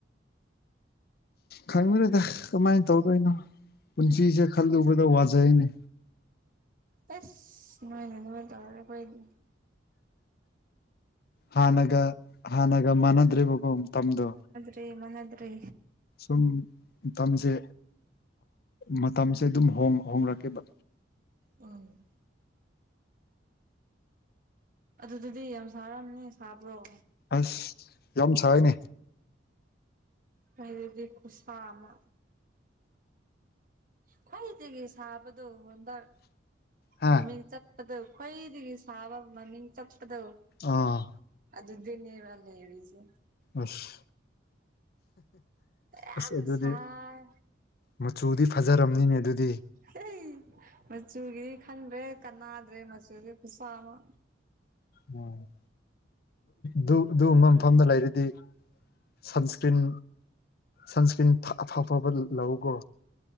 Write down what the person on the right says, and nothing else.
ꯑꯦꯁ ꯅꯣꯏꯅꯥ ꯑꯗꯨꯃꯥꯏꯟ ꯇꯧꯔꯗꯤ ꯑꯈꯣꯏꯗꯤ
ꯔꯦ ꯃꯅꯥꯗꯔꯦ
ꯎꯝ ꯑꯗꯨꯗꯗꯤ ꯌꯥꯝ ꯁꯥꯔꯝꯅꯤ ꯁꯥꯕ꯭ꯔꯣ
ꯅꯣꯏꯗꯗꯤ ꯈꯨꯨꯁꯥ ꯑꯃ ꯈ꯭ꯋꯥꯏꯗꯒꯤ ꯁꯥꯕꯗꯣ ꯍꯣꯟꯗ꯭ꯔ
ꯃꯃꯤꯡ ꯆꯠ ꯑꯗ ꯈ꯭ꯋꯥꯏꯗꯒꯤ ꯁꯥꯕ ꯃꯃꯤꯡ ꯆꯠꯄꯗꯧ
ꯑꯗꯨꯗꯤ ꯅꯦꯕ ꯂꯩꯔꯤꯁꯦ
ꯌꯥꯝ
ꯁꯥꯏ
ꯍꯦꯍꯤ ꯃꯆꯨꯒꯤ ꯈꯟꯗ꯭ꯔꯦ ꯀꯥꯟꯅꯥꯗ꯭ꯔꯦ ꯃꯆꯨꯒꯤ ꯈꯨꯁꯥ ꯑꯃ
ꯄꯥꯝꯗꯦ